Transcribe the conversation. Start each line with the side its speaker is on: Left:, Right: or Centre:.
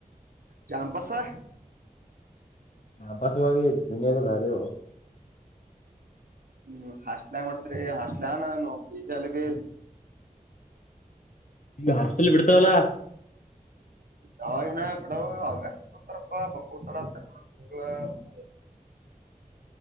Right: ಕಂಪಸ್ ಆ
Left: ಹಾ ಬಸುವಿ ದದುನಿಯದ ಭಾರಿ
Right: ಹ್ಮ ಹಾಸಟ ಮಾಡತ ಹಾಸಡಾಾನ ನೋಕರಿ ಚಲ್ಲ ಭ
Left: ಈಗ ಹಾಸ್ಟೆಲ್ ಬಿಡ್ತಾವಲ್ಲಾ
Right: ಯಾವನ ಬಿಡಾವ ಆಗಷ್ಟ ಸರಪ್ಪ ಬಕ್ಕೂಲ ಅಂತ <inaudible>